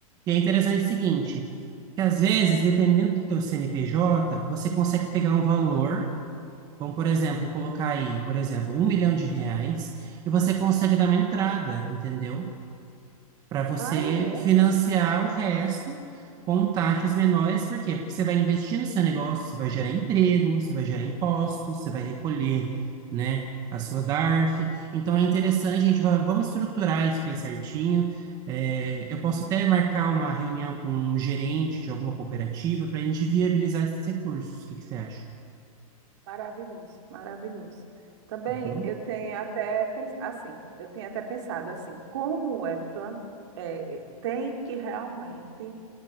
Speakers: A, on the right (about 20°); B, on the right (about 50°).
A: E é interessante o seguinte, que às vezes, dependendo do teu CNPJ, você consegue pegar um valor, vamos, por exemplo, colocar aí, por exemplo, um milhão de reais, e você consegue dar uma entrada, entendeu? para você
B: Aí é,
A: financiar o resto com taxas menores. Por quê? Porque você vai investir no seu negócio, você vai gerar emprego, você vai gerar impostos, você vai recolher, né, a sua DARF. Então é interessante, a gente vai, vamos estruturar isso bem certinho. É, eu posso até marcar uma reunião com um gerente de alguma cooperativa para a gente viabilizar esses recursos. O que que você acha?
B: Maravilhoso, maravilhoso. Também
A: Uhum.
B: eu tenho até pens- assim, eu tenho até pensado assim, como é, plan- é, tem que realmente